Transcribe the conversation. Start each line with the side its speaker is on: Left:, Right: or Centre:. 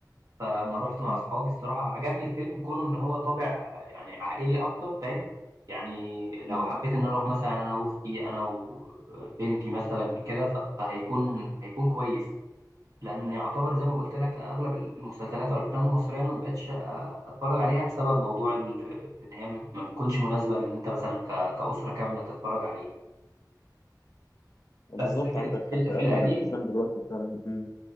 Right: فلما رحت مع
Left: مم.
Right: أصحابي الصراحة عجبني الفيلم كونه إن هو طابع يعني عائلي أكتر فاهم يعني لو
Left: مم.
Right: حبيت إن أنا أروح مثلا أنا وأختي أنا وبنتي مثلا كده ف- فهيكون هيكون كويس لان يعتبر زي ما قلت لك اغلب المسلسلات او الافلام المصريه انا ما بقتش اتفرج عليها بسبب موضوع ال- ان هي ما بتكونش مناسبه لان انت مثلا ك- كاسره كامله تتفرج عليها
Left: بالظبط
Right: بس في
Left: عندك
Right: ال-
Left: حق
Right: في ال-
Left: أغلب
Right: في القديم
Left: الأفلام دلوقتي فعلا مم.